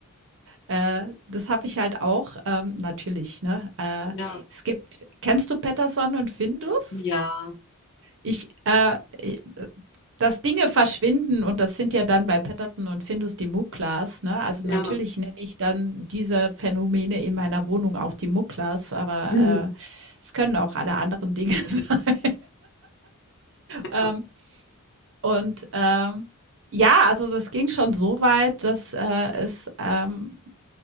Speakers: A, on the right; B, on the left.
A: Äh, das habe ich halt auch, ähm, natürlich, ne? Äh,
B: Ja.
A: es gibt, kennst du Patterson und Findus?
B: Ja.
A: Ich, äh, i- äh, dass Dinge verschwinden und das sind ja dann bei Patterson und Findus die Muklas, ne? Also
B: Ja.
A: natürlich nenne ich dann diese Phänomene in meiner Wohnung auch die Muklas, aber
B: <laughs>
A: äh, es können auch alle anderen Dinge <laughs> sein.
B: Ja.
A: Ähm, und ähm, ja, also das ging schon so weit, dass äh, es ähm,